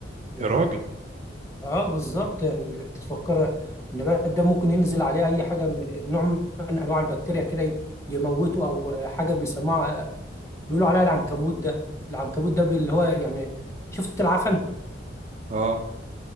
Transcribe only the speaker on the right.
يا راجل
اه